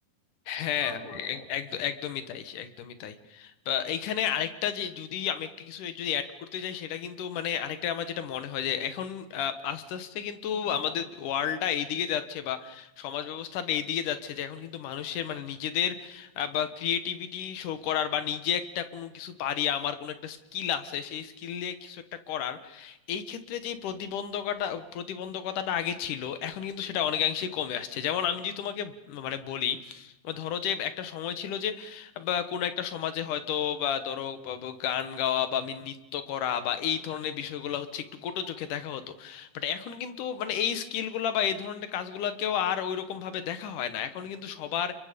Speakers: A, on the left; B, on the left.
A: হ্যাঁ
B: তোমার কি মনে
A: এক-
B: হয়
A: একদ- একদমই তাই একদমই তাই বা এইখানে আরেকটা যে যদি আমি একটা কিছু যদি অ্যাড করতে চাই সেটা কিন্তু মানে আরেকটা আমার যেটা মনে হয় যে এখন আহ, আস্তে আস্তে কিন্তু আমাদের ওয়ার্ল্ডটা এইদিকে যাচ্ছে বা সমাজ ব্যবস্থাটা এইদিকে যাচ্ছে যে এখন কিন্তু মানুষের মানে নিজেদের আহ, বা ক্রিয়েটিভিটি শো করার বা নিজে একটা কোনো কিছু পারি আমার কোনো একটা স্কিল আছে সেই স্কিল দিয়ে কিছু একটা করার এই ক্ষেত্রে যে প্রতিবন্ধকতা প্রতিবন্ধকতাটা আগে ছিল এখন কিন্তু সেটা অনেকাংশেই কমে আসছে যেমন আমি যদি তোমাকে মানে বলি বা ধরো যে একটা সময় ছিল যে বা কোনো একটা সমাজে হয়তো বা ধরো বা- বা গান গাওয়া বা আমি নৃত্য করা বা এই ধরনের বিষয়গুলো হচ্ছে একটু কটু চোখে দেখা হতো বাট এখন কিন্তু মানে এই স্কিলগুলা বা এই ধরনের কাজগুলোকেও আর ওইরকম ভাবে দেখা হয় না এখন কিন্তু সবার